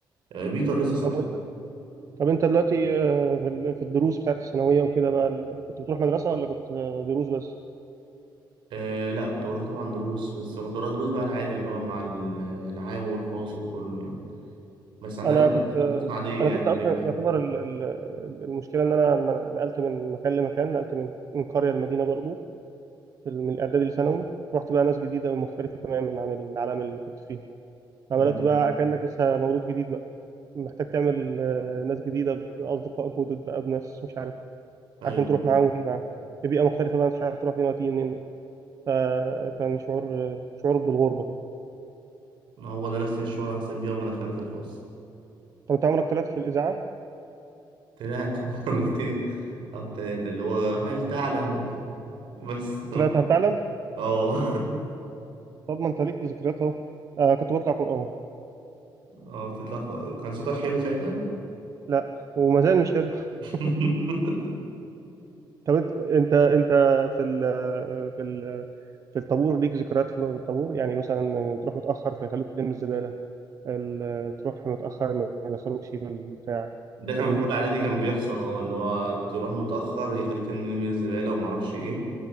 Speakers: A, on the right; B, on the right.
A: اه بيتر لسه صاحبي
B: طب طب انت دلوقتي آه، في ال- في الدروس بتاعت الثانويه وكده بقى ال- كنت بتروح مدرسه ولا كنت آه، دروس بس
A: آه لا كنت بروح طبعا دروس بس كنت بروح دروس بقى العادي اللي هو مع ال- العام والخاص وكله يعني بس عندنا
B: انا
A: دروس
B: كنت آه،
A: الدروس العادية
B: انا
A: يعني
B: كنت
A: اللي
B: اصلا
A: هي
B: يعتبر ال- ال- المشكله ان انا ما- نقلت من مكان لمكان نقلت من من قريه لمدينه برضو في ال- من الاعدادي لثانوي رحت بقى ناس جديده ومختلفه تماما عن العالم اللي كنت فيه فبدات
A: مم.
B: بقى كانك لسه مولود جديد بقى محتاج تعمل آه، ناس جديده باصدقاء جدد بقى بناس مش عارف
A: ايوه
B: عشان تروح معاهم وتيجي معاهم في بيئه مختلفه بقى انت مش عارف تروح فين وتيجي منين فكان شعور شعور بالغربه كده
A: هو ده نفس الشغل اللي حسيت بيها وما دخلت الخاص
B: طب انت عمرك طلعت في الاذاعه
A: طلعت <laughs> مرتين أو تلاتة اللي هو هل تعلم <laughs> بس
B: طلعت هل تعلم
A: اه
B: طب ما انت ليك ذكريات اهو آه كنت بطلع قران
A: اه بتطلع ف- كان صوتك حلو ساعتها
B: لا وما زال مش حلو
A: <laughs>
B: <laughs> طب انت انت انت في ال في ال في الطابور ليك ذكريات في الطابور يعني مثلا تروح متاخر فيخلوك تلم الزباله ال- تروح متاخر ما يدخلوكش في البتاع
A: ده
B: حاجات
A: كان
B: من
A: في
B: دي
A: أولى إعدادي كان بيحصل اه اللي هو تروح متأخر يخليك ترمي من الزبالة ومعرفش إيه